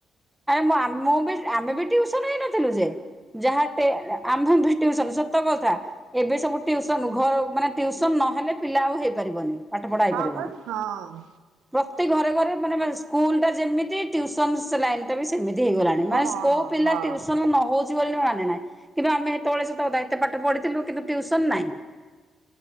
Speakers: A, in the centre; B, on the right.
A: ଆରେ ଆମ ଆମେ ବି ଟିଉସନ ହେଇନଥିଲୁ ଯେ ଯାହା ଟେନ୍ ଆମେଭି ଟିଉସନ୍ ସତ କଥା। ଏବେ ସବୁ ଟିଉସନ୍ ଘ ମାନେ ଟିଉସନ୍ ନହେଲେ ପିଲା ଆଉ ହେଇପାରିବନି। ପାଠପଢ଼ା ହେଇପାରିବନି।
B: ହଁ ବା ହଁ
A: ପ୍ରତି ଘରେ-ଘରେ ମାନେ ସ୍କୁଲ୍ ଟା ଯେମିତି ଟ୍ୟୁସନ୍ ସେ ଲାଇନ୍ ଟା ବି ସେମିତି ହେଇଗଲାଣି, ମାନେ
B: ହଁ
A: କୋଉ
B: ହଁ
A: ପିଲା
B: ହଁ।
A: ଟ୍ୟୁସନ୍ ନ ହଉ ଚି ବୋଲି ମାନେ ନାହିଁ, କେବେ ଆମେ ସେତବଳେ ଦାୟିତ୍ଵ ପାଠ ପଢ଼ିଥିଲୁ କିନ୍ତୁ ଟ୍ୟୁସନ ନାଇଁ।